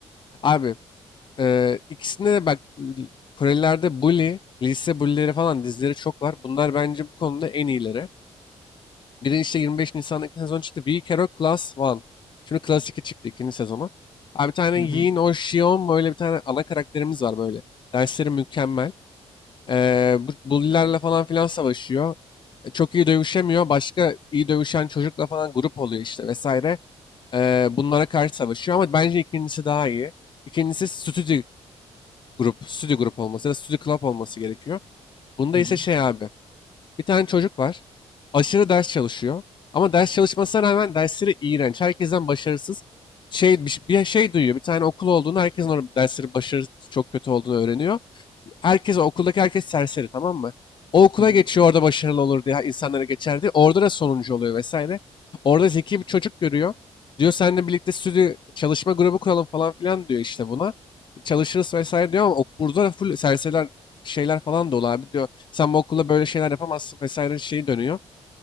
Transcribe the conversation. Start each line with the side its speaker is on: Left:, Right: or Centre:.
Left: Abi eee ikisinde de bak Korelilerde bully, lise bully'leri falan dizileri çok var. Bunlar bence bu konuda en iyileri. Biri işte 25 Nisan'daki sezon çıktı. We Care of Class One. Şimdi Class 2 çıktı ikinci sezonu. Abi bir tane
Centre: Hı hı.
Left: Yin Oh Shion böyle bir tane ana karakterimiz var böyle. Dersleri mükemmel. Eee bu bully'lerle falan filan savaşıyor. E, Çok iyi dövüşemiyor. Başka iyi dövüşen çocukla falan grup oluyor işte vesaire. Eee, bunlara karşı savaşıyor ama bence ikincisi daha iyi. İkincisi stüdyo grup, stüdyo grup olması ya da stüdyo club olması gerekiyor. Bunda
Centre: Hı hı.
Left: ise şey abi, bir tane çocuk var. Aşırı ders çalışıyor. Ama ders çalışmasına rağmen dersleri iğrenç. Herkesten başarısız. Şey, bir bir şey duyuyor. Bir tane okul olduğunu, herkesin orada dersleri başarı çok kötü olduğunu öğreniyor herkes okuldaki herkes serseri tamam mı? O okula
Centre: Hı hı.
Left: geçiyor orada başarılı olur diye insanlara geçer diye. Orada da sonuncu oluyor vesaire. Orada zeki bir çocuk görüyor. Diyor seninle birlikte stüdyo çalışma grubu kuralım falan filan diyor işte buna. Çalışırız vesaire diyor ama ok- burada da full serseriler şeyler falan dolu abi diyor. Sen bu okulda böyle şeyler yapamazsın vesaire şeyi dönüyor.